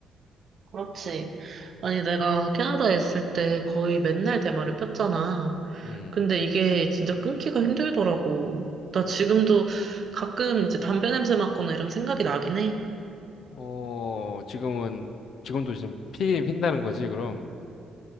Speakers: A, on the right; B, on the left.
A: 그렇지. 아니, 내가 캐나다에 있을 때 거의 맨날 대마를 폈잖아.
B: 음.
A: 근데 이게 진짜 끊기가 힘들더라고. 나 지금도 가끔 이제 담배 냄새 맡거나 이런 생각이 나긴 해.
B: 어, 지금은 지금도 지금 피긴 핀다는 거지, 그럼.